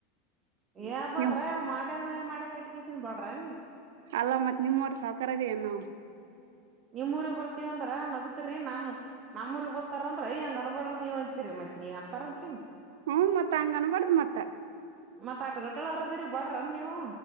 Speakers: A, on the right; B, on the right.
A: ಏ ಬಡ್ರ
B: ನಿಮ್
A: ಮಾಡ್ಯದ್ಮೇಲ ಮಾಡ್ಯ ಕಟ್ಟಿಕಸನ್ ಬಡ್ರ
B: ಅಲ್ಲ ಮತ್ ನಿಮ್ಮಟ ಸಾಹಕಾರ ಅದ ಏನ್ ನಾವು.
A: ನಿಮ್ಮ ಊರಿಗ್ ಬರ್ತಿವ ಅಂದ್ರ ನಗ ತ್ರಿ ನಮ್ಮ ನಮ್ಮಊರಿಬ್ಬರ್ತಾರ ಅಂದ್ರ ಅಯ್ಯ ಹಂಗ ಅನಬ್ಯಾಡ ನೀವ ಅಂತೀರಿ ಮತ್ತ ನೀವ್ ಅಂತಾರ ಅಂತೀನ
B: ಹ್ಮ ಮತ್ತ ಹಂಗ ಅನ್ಬಾರ್ದ ಮತ್ತ
A: ಮತ್ತತ ಆಟ ಗಟ್ಟಳರ ಅದ್ರರಿ ಬಡ್ರನ ನೀವು